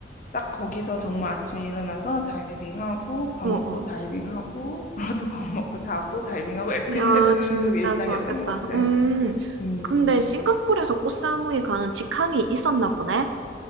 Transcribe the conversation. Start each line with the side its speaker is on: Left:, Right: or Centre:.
Left: 딱 거기서 정말 아침에 일어나서 다이빙하고 밥
Right: 어어어어
Left: 먹고 다이빙하고 <laughs> 그러고 또 밥 먹고 자고 다이빙하고 약- 진짜
Right: 야,
Left: 그
Right: 진짜
Left: 일상이었던
Right: 좋았겠다.
Left: 것 같아.
Right: 음,
Left: 음,
Right: 근데 싱가포르에서 꽃사무이 가는 직항이 있었나 보네?